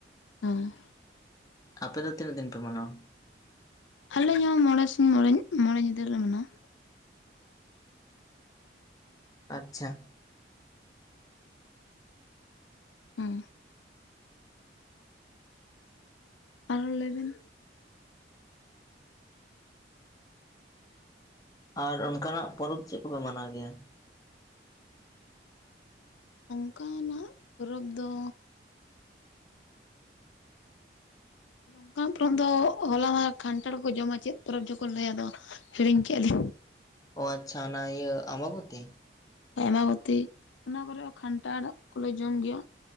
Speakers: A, on the left; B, on the left.
A: ᱚᱸ
B: ᱟᱯᱮ ᱫᱚ ᱛᱤᱱᱟᱹᱜ ᱫᱤᱱ ᱯᱮ ᱢᱟᱱᱟᱣᱟ?
A: ᱟᱞᱮᱧ ᱦᱚᱸ ᱢᱚᱬᱮ ᱥᱤᱧ ᱢᱚᱬᱮ ᱢᱚᱬᱮ ᱧᱤᱫᱟᱹ ᱞᱮ ᱢᱟᱱᱟᱣᱟ᱾
B: ᱟᱪᱪᱷᱟ
A: ᱦᱮᱸ ᱟᱨᱚ ᱞᱟᱹᱭᱵᱤᱱ᱾
B: ᱟᱨ ᱚᱱᱠᱟᱱᱟᱜ ᱯᱚᱨᱚᱵᱽ ᱪᱮᱫ ᱠᱚᱯᱮ ᱢᱟᱱᱟᱣ ᱜᱮᱭᱟ?
A: ᱚᱱᱠᱟᱱᱟᱜ ᱯᱚᱨᱚᱵᱽ ᱫᱚ ᱚᱱᱠᱟ ᱯᱚᱨᱚᱵᱽ ᱫᱚ ᱦᱚᱞᱟ ᱢᱟ ᱠᱟᱱᱴᱷᱟᱲ ᱠᱚ ᱡᱚᱢᱟ ᱪᱮᱫ ᱯᱚᱨᱚᱵᱽ ᱡᱠᱚ ᱞᱟᱹᱭᱟᱫᱚ᱾ ᱦᱤᱲᱤᱧ ᱠᱮᱜᱞᱤ
B: ᱚ ᱟᱪᱪᱷᱟ ᱚᱱᱟ ᱤᱭᱟᱹ ᱟᱢᱵᱟᱵᱚᱛᱤ᱾
A: ᱟᱭᱢᱟᱵᱚᱛᱤ, ᱚᱱᱟ ᱠᱚᱨᱮ ᱦᱚᱸ ᱠᱷᱟᱱᱴᱟᱲ ᱠᱚᱞᱮ ᱡᱚᱢ ᱜᱮᱭᱟ᱾